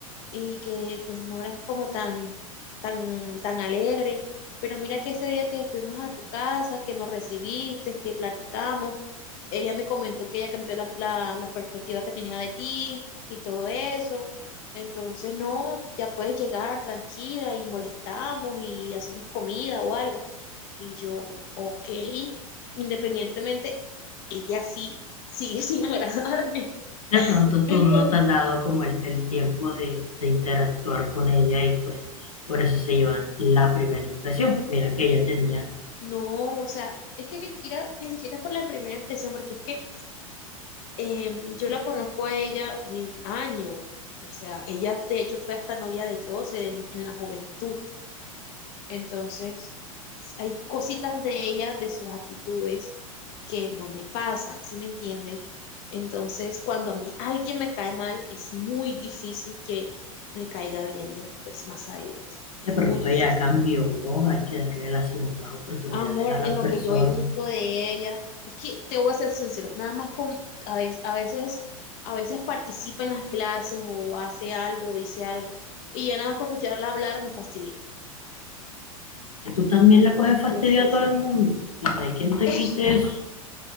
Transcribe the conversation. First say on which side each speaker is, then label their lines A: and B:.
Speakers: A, on the left (about 45°); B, on the left (about 80°).
A: y que pues no eras como tan, tan, tan alegre. Pero mira que ese día que fuimos a tu casa, que nos recibiste, que platicamos, ella me comentó que ella cambió la, la, la perspectiva que tenía de ti y todo eso. Entonces, no, ya puedes llegar tranquila y molestamos y hacemos comida o algo. Y yo, ok, independientemente ella sí sigue <laughs> sin agradarme.
B: De pronto tú
A: Entonces,
B: no te has dado como el, el tiempo de, de interactuar con ella y pues por eso se llevan la primera impresión. Mira que ella tenía
A: no, o sea, es que ni siquiera, ni siquiera es por la primera impresión, porque es que eh, yo la conozco a ella de años. O sea, ella de hecho fue hasta novia de Jose en, en la juventud. Entonces, hay cositas de ella, de sus actitudes, que no me pasan, ¿sí me entienden? Entonces, cuando a mí alguien me cae mal, es muy difícil que me caiga bien después, más adelante. Es
B: De pronto
A: muy difícil.
B: ella cambió, hay que darle las segundas oportunidades
A: amor,
B: a las
A: en
B: personas.
A: lo que yo he visto de ella. Es que te voy a ser sincero, nada más con a veces, a veces, a veces participa en las clases o hace algo o dice algo y ya nada más con escucharla hablar me fastidia.
B: Que tú también le coges
A: Entonces,
B: fastidio a todo el mundo y no hay quien te
A: <laughs>
B: quite eso.